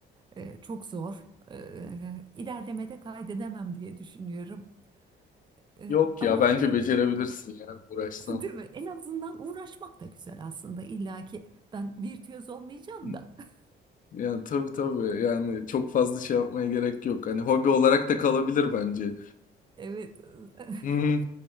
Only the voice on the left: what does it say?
Yok
ya bence becerebilirsin yani uğraşsan.
Hmm,
Yani tabii tabii yani çok fazla şey yapmaya gerek yok. Hani hobi olarak da kalabilir bence.
Hmm.